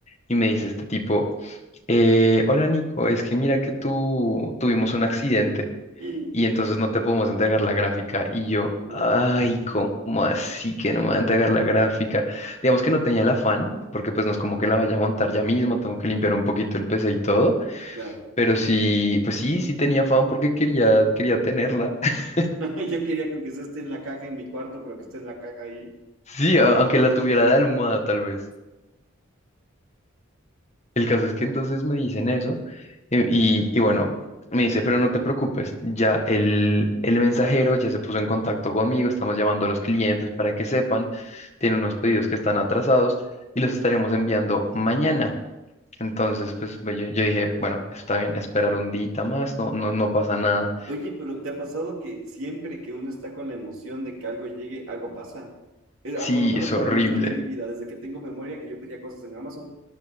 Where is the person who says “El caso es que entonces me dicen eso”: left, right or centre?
Left